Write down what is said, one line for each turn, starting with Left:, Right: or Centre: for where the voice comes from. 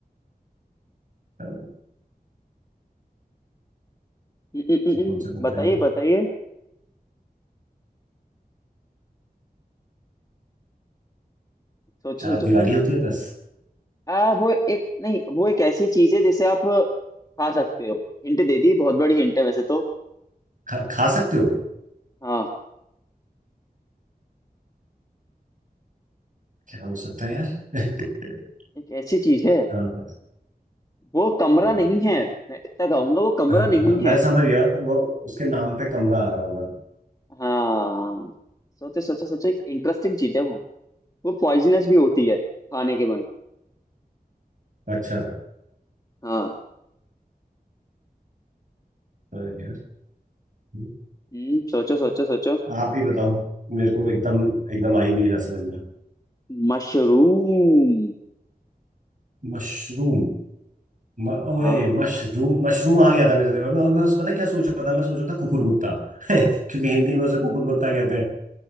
Right: पर
Left: हम्म, हम्म, हम्म,
Right: सब कम
Left: हम्म,
Right: से कम
Left: बताइए
Right: रहेगा
Left: बताइए सोचो
Right: चार
Left: सोचो
Right: दीवारी
Left: भाई
Right: होती है बस
Left: आ वो एक नहीं वो एक ऐसी चीज है जिसे आप खा सकते हो हिंट दे दी बहुत बड़ी हिंट है वैसे तो
Right: खा, खा सकते हो
Left: हाँ
Right: क्या हो सकता है यार <laughs>
Left: एक ऐसी चीज है
Right: हाँ
Left: वो कमरा
Right: हाँ,
Left: नहीं है मैं इतना कहूंगा वो कमरा
Right: हाँ,
Left: नहीं
Right: हाँ, मैं
Left: है
Right: समझ गया वो उसके नाम पे कमरा आ रहा होगा
Left: हाँ सोचे सोचे सोचे एक इंटरेस्टिंग चीज है वो वो पॉइजनस भी होती है खाने के बाद
Right: अच्छा
Left: हाँ
Right: तो यार हम्म,
Left: हम्म सोचो सोचो सोचो
Right: आप ही बताओ मेरे को एकदम एकदम आ ही नहीं रहा समझ में
Left: मशरूम
Right: मशरूम म,
Left: हाँ
Right: ओए मशरूम मशरूम आ गया था मेरे दिमाग में और मैं उस पता है क्या सोच रहा था मैं सोच रहा था कुकुरमुत्ता <laughs> क्योंकि हिंदी में उसे कुकुरमुत्ता कहते